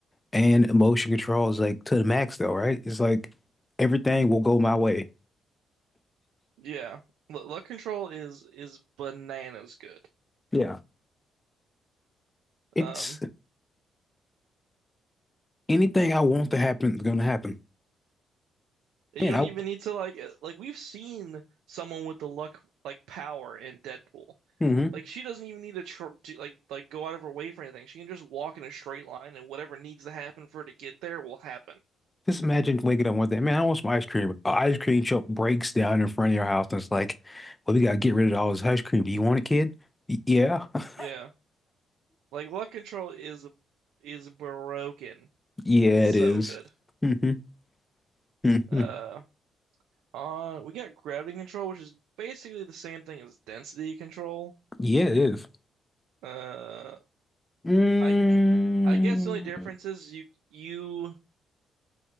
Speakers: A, on the left; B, on the right.
A: and emotion control is like to the max though, right? It's like everything will go my way.
B: Yeah. L luck control is is bananas good.
A: Yeah. It's
B: Um,
A: anything I want to happen is gonna happen.
B: and
A: Man,
B: you don't
A: I
B: even need to like uh, like we've seen someone with the luck like power in Deadpool.
A: mm-hmm.
B: Like she doesn't even need to tr to, like like go out of her way for anything. She can just walk in a straight line and whatever needs to happen for her to get there will happen.
A: Just imagine waking up one day. Man, I want some ice cream. An ice cream shop breaks down in front of your house and it's like, well, we gotta get rid of all this ice cream. Do you want it, kid? Y- yeah. <laughs>
B: Yeah. Like luck control is is broken.
A: Yeah,
B: So
A: it is.
B: good.
A: Mm-hmm. Mm-hmm.
B: Uh Uh, we got gravity control, which is basically the same thing as density control.
A: Yeah, it is.
B: Uh,
A: Mm,
B: I I guess the only difference is you you